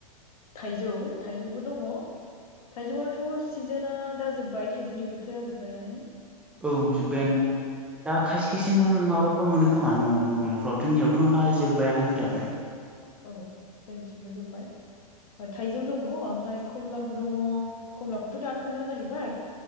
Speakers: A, on the left; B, in the centre.
A: थाइजौ थाइजौबो दङ। थाइजौआथ' सिजोनआ दा जोबबाय थाइजौनि बोथोरा जोबबायानो।
B: औ जोबबायानो दा खायसे खायसे माबा फ्राव मोनो खोमा न'-न'-न'फ्राव जोंनियावथ' हा जोबबायानो होनजाबाय।
A: औ जोंनिथिंबो जोबबाय। ओ थाइजौ दङ ओमफाय खमलाबो दङ खमलाखौथ' दानो मोना जाहैबाय।